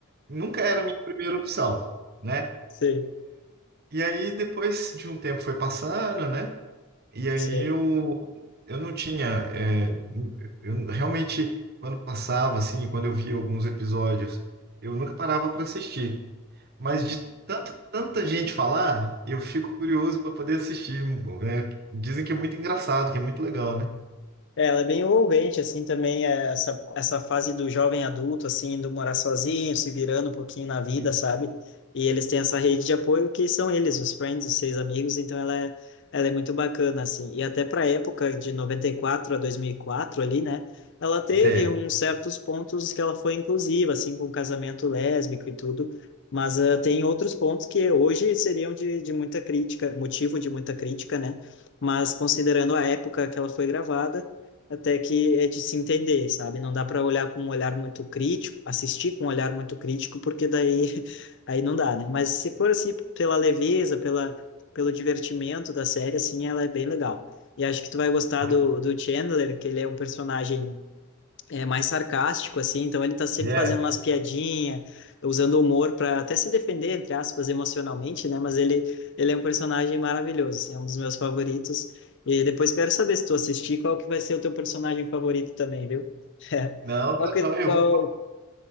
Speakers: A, on the right; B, on the left.
A: nunca era a minha primeira opção, né?
B: Sim,
A: E aí, depois de um tempo foi passando, né? E aí
B: sim.
A: eu, eu não tinha. é, eu realmente, quando passava, assim, quando eu via alguns episódios, eu nunca parava para assistir. Mas
B: Uhum.
A: de tanto, tanta gente falar, eu fico curioso para poder assistir. né? Dizem que é muito engraçado, que é muito legal, né?
B: É, ela é bem envolvente, assim, também é essa, essa fase do jovem adulto, assim, do morar sozinho, se virando um pouquinho na vida,
A: E-
B: sabe? E eles têm essa rede de apoio que são eles, os friends, os seis amigos, então ela é, ela é muito bacana, assim. E até pra época de 94 a 2004 ali, né? Ela teve
A: Zé.
B: uns certos pontos que ela foi inclusiva, assim, com o casamento lésbico e tudo, mas eh, tem outros pontos que hoje seriam de, de muita crítica, motivo de muita crítica, né? Mas considerando a época que ela foi gravada, até que é de se entender, sabe? Não dá para olhar com um olhar muito crítico, assistir com um olhar muito crítico, porque daí <laughs> aí não dá, né? Mas se for assim pela leveza, pela pelo divertimento da série, assim, ela é bem legal. E acho que tu vai gostar do,
A: Ai,
B: do Chandler, que ele é um personagem é mais sarcástico, assim, então ele tá sempre
A: É,
B: fazendo umas piadinhas, usando humor para até se defender, entre aspas, emocionalmente, né? Mas ele, ele é um personagem maravilhoso, assim, é um dos meus favoritos. E depois quero saber se tu assistir, qual que vai ser o teu personagem favorito também, viu? <laughs>
A: não,
B: Qual
A: tá
B: que,
A: joia,
B: qual,
A: eu vou. co-